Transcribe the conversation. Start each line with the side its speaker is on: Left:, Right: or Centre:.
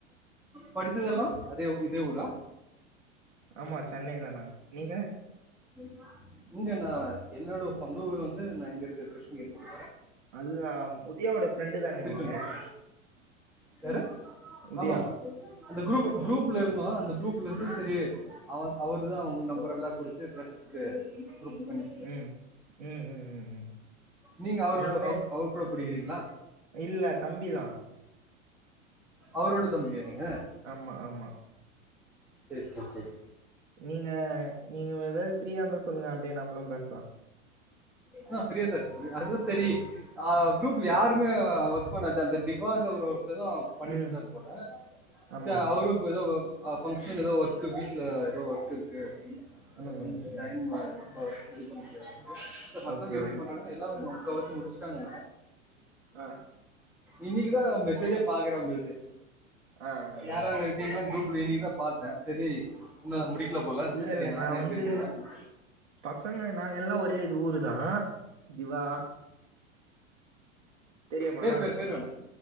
Centre: படிச்சதெல்லா அதே இதே ஊரா
Right: ஆமா சென்னை தா நாங்க நீங்க
Centre: மா இங்க நா என்னோட சொந்த ஊர் வந்து நா இங்க இருக்க கிருஷ்ணகிரில
Right: அதுதா உதயாவோட ஃப்ரெண்டு தானே
Centre: திருச்செந்தூர்
Right: நீங்க
Centre: யாரு
Right: உதயா
Centre: ஆமா ஆமா அந்த குரூப் குரூப்ல இருந்தோ அந்த குரூப்ல இருந்து செரி அவ அவரு தா உங்க நம்பர் எல்லா குடுத்து பேசுறதுக்கு குரூப் பண்ணி
Right: ம் ம் ம் ம் ம்
Centre: நீங்க அவரோட
Right: நீங்கவே
Centre: அவர் கூட படிக்கிறீங்ளா
Right: இல்ல தம்பிதா
Centre: அவரோட தம்பியா நீங்க
Right: ஆமா ஆமா
Centre: சேர் சேர் சேரி
Right: நீங்க நீங்க ஏதாது ஃப்ரீயா இருந்தா சொல்லுங்க அப்டியே நம்மளு பேசலா
Centre: ஆ ஃப்ரியா தா இருக்க அது தா செரி ஆ குரூப்ல யாருமே ஒர்க் பண்ணாது அந்த திவான்ற ஒருத்தர் தா பண்ணிட்டு
Right: ம்
Centre: இருந்தார் போல
Right: ஆமாமா
Centre: சேர் அவரும் இப்ப ஏதோ அ பங்க்ஷன் ஏதோ ஒர்க் வீட்டுல ஏதோ ஒர்க் இருக்கு அந்த
Right: ம்
Centre: கொஞ்ச
Right: ம் ம்
Centre: டைம் அ இப்ப இது பண்ண முடியாது மத்தவங்க
Right: ஓகே
Centre: எப்டி
Right: ஓகே
Centre: பண்றாங்க எல்லாரு முக்கவாசி முடிச்சிட்டாங்க
Right: ஆ
Centre: இன்னிக்கி தா மெசேஜே பாக்குற உங்கள்து
Right: ஆ ஆ
Centre: யார
Right: ஆ
Centre: அங்க அதிகமா குரூப்ல இன்னிக்கி தா பாத்தே சேரி இன்னு முடிக்கல போல
Right: இல்லல்ல
Centre: சரி நானே
Right: நா வந்து
Centre: பேசிடலான்னு
Right: பசங்க நாங்க எல்லா ஒரே இது ஊரு தா திவா தெரியுமா
Centre: பேரு பேரு பேரு வேணா